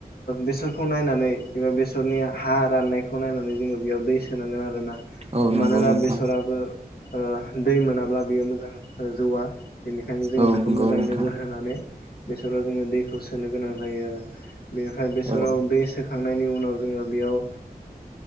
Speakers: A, on the left; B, on the right.
A: बेसरखौ नायनानै एबा बेसरनि हा राननायखौ नायनानै जोंङो बेयाव दै सोनांगोन आरोना
B: औ नंगौ
A: मानोना
B: नोंथां
A: बेसराबो ओ दै मोनाब्ला बियो मोजां जौवा बेनिखायनो जोंङो
B: औ
A: बेखौ
B: नंगौ
A: मोजां
B: नोंथां
A: नोजोर होनानै बेसराव जोंङो दैखौ सोनो गोनां जायो आरो बेनिफ्राय बेसराव
B: औ
A: दै सोखांनायनि उनाव जोंङो बेयाव